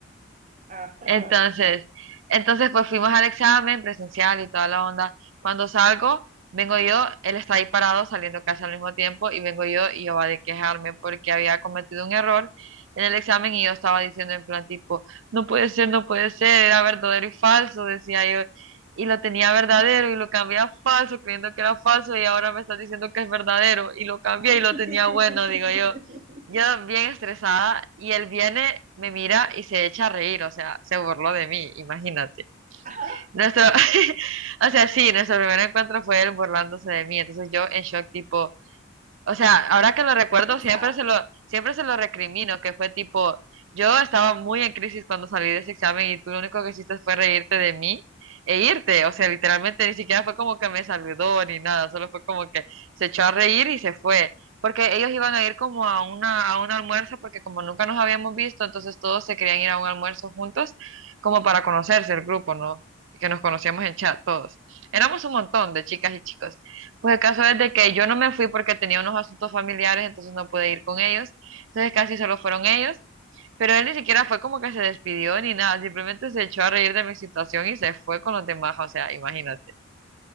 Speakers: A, on the right; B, on the right.
A: Ajá.
B: Entonces, entonces pues fuimos al examen presencial y toda la onda. Cuando salgo, vengo yo, él está ahí parado saliendo casi al mismo tiempo y vengo yo y yo va de quejarme porque había cometido un error en el examen y yo estaba diciendo en plan tipo, no puede ser, no puede ser, era verdadero y falso, decía yo. Y lo tenía verdadero y lo cambié a falso creyendo que era falso y ahora me está diciendo que es verdadero y lo cambié
A: <laughs>
B: y lo tenía bueno, digo yo. Yo bien estresada y él viene, me mira y se echa a reír, o sea, se burló de mí, imagínate.
A: Ajá.
B: Nuestro, <laughs> o sea, sí, nuestro primer encuentro fue él burlándose de mí, entonces yo en shock tipo, o sea, ahora que lo recuerdo,
A: ¿Qué te pasa?
B: siempre se lo, siempre se lo recrimino, que fue tipo, yo estaba muy en crisis cuando salí de ese examen y tú lo único que hiciste fue reírte de mí e irte. O sea, literalmente ni siquiera fue como que me saludó ni nada, solo fue como que se echó a reír y se fue. Porque ellos iban a ir como a una, a un almuerzo, porque como nunca nos habíamos visto, entonces todos se querían ir a un almuerzo juntos, como para conocerse el grupo, ¿no? Que nos conocíamos en chat todos. Éramos un montón de chicas y chicos. Pues el caso es de que yo no me fui porque tenía unos asuntos familiares, entonces no pude ir con ellos. Entonces casi solo fueron ellos, pero él ni siquiera fue como que se despidió ni nada, simplemente se echó a reír de mi situación y se fue con los demás, o sea, imagínate.